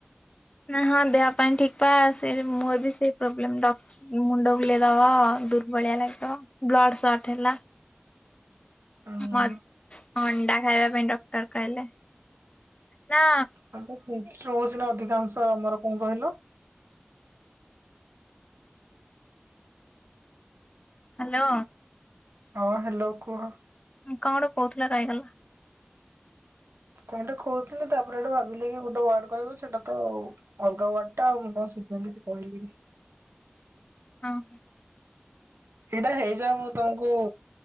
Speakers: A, on the left; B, on the right.
A: ନା ହଁ ଦେହ ପାଇଁ ଠିକ ପା ସେ ମୋର ବି ସେଇ ପ୍ରୋବ୍ଲେମ ଡକ ମୁଣ୍ଡ ବୁଲେଇ ଦବ ଦୁର୍ବଳିଆ ଲାଗ ବ୍ଲଡ ସଟ ହେଲା।
B: ଉଁ
A: ଅ ଅଣ୍ଡା ଖାଇବା ପାଇଁ ଡକ୍ଟର କହିଲେ। ନା
B: କଣ ତ ସେଇଠି ରହୁଛି ନା ଅଧିକାଂଶ ଆମର। କଣ କହିଲୁ।
A: ହାଲୋ।
B: ହଁ ହାଲୋ କୁହ।
A: କଣ ଗୋ କହୁଥିଲା ରହିଗଲା।
B: କଣଟେ କହୁଥିଲି ତାପରେ ଗୋଟେ ଭାବିଲି କି ଗୋଟେ ୱାର୍ଡ କହିବି ସେଟା ତ ଅଲଗା ୱାର୍ଡ ଟା ଆଉ ମୁଁ କଣ ସେଥିପାଇଁ କିଛି କହିଲିନି।
A: ହଁ ହଁ।
B: ଏଇଟା ହେଇଯାଉ ମୁଁ ତମକୁ।